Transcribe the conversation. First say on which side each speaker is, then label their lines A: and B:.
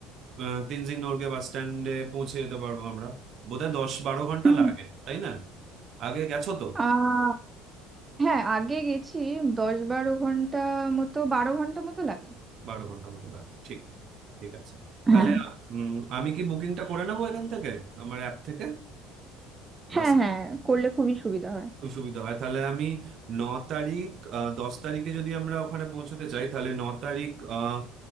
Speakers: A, on the right; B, on the right.
A: আহ, তেনজিং নোরকে বাস স্ট্যান্ডে পৌঁছে যেতে পারবো আমরা বোধহয় দশ বারো ঘন্টা
B: হুম।
A: লাগে তাই না আগে গেছো তো
B: আহ হ্যাঁ আগে গেছি দশ বারো ঘন্টা মতো বারো ঘন্টা মতো লাগে
A: বারো ঘন্টার মতো লাগবে ঠিক ঠিক আছে তাহলে
B: হ্যাঁ
A: উম, আমি কি বুকিংটা করে নেবো এখান থেকে আমার অ্যাপ থেকে বাস
B: হ্যাঁ হ্যাঁ করলে খুবই সুবিধা হয়
A: খুব সুবিধা হয় তাহলে আমি ন তারিখ আহ, দশ তারিখে যদি আমরা ওখানে পৌঁছতে চাই তাহলে ন তারিখ আহ,